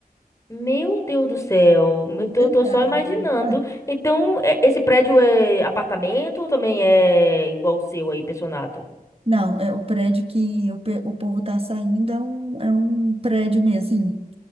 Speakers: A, on the left (about 20°); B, on the right (about 40°).
A: Meu Deus do céu, eu
B: Entende
A: tô, tô só
B: a
A: imaginando.
B: a verdade?
A: Então, é- esse prédio é apartamento ou também é igual o seu aí, pensionato?
B: Não, é o prédio que o, pe- o povo tá saindo é um, é um prédio mesmo, assim.